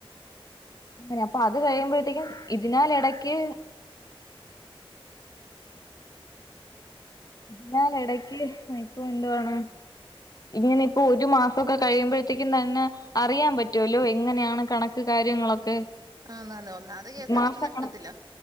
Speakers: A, on the left (about 40°); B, on the right (about 40°).
A: അങ്ങനെ അപ്പൊ അത് കഴിയുമ്പോഴത്തേക്കും ഇതിനാൽ ഇടക്ക് <inaudible> ആതിനാൽ ഇടക്ക് ഇപ്പ എന്തുവാണ് ഇങ്ങനെ ഇപ്പോ ഒരു മാസമൊക്കെ കഴിയുമ്പോഴത്തേക്കും തന്നെ അറിയാൻ പറ്റുവല്ലോ എങ്ങനെയാണ് കണക്ക് കാര്യങ്ങളൊക്കെ
B: ആന്ന് ആന്ന് ഒന്നാമത് കെ എസ് ആർ
A: മാസ
B: ടി സി നഷ്ടത്തിലാ
A: കണക്ക്